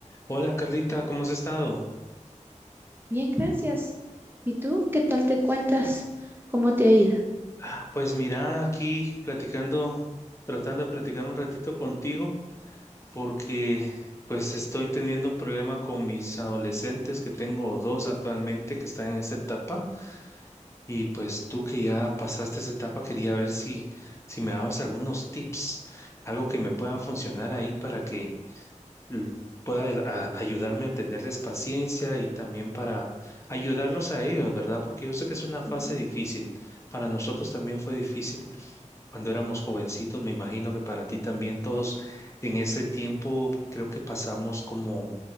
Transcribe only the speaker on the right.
Bien, gracias. ¿Y tú qué tal te cuentas? ¿Cómo te ha ido?
Ujú.